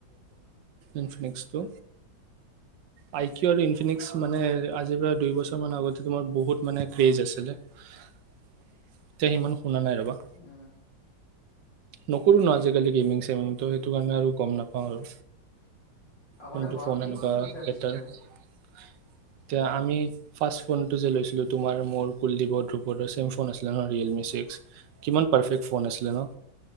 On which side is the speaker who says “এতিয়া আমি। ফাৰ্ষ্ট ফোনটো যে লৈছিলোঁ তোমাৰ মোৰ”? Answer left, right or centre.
Right